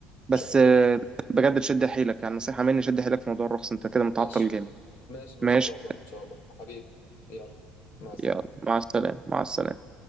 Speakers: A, on the left; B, on the right.
A: ان
B: بس
A: شاء الله
B: آه، بجد شد حيلك يعني نصيحة مني شد حيلك في موضوع الرخص انت كده متعطل
A: ماشي
B: جامد
A: ماشي ماشي
B: ماشي
A: ان شاء الله ان شاء الله حبيبي يلا مع السلامه
B: يلا مع السلامة مع السلامة